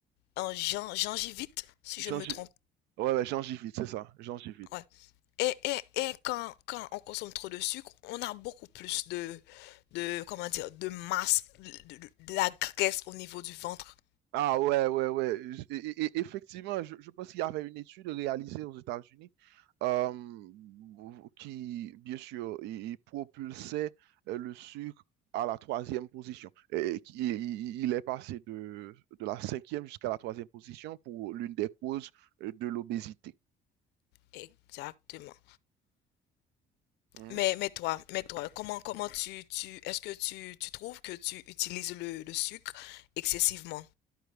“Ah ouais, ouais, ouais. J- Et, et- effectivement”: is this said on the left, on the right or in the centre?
Right